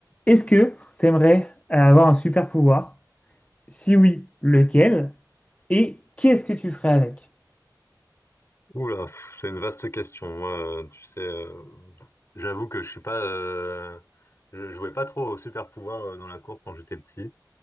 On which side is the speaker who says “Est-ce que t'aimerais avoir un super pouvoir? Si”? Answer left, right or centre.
Left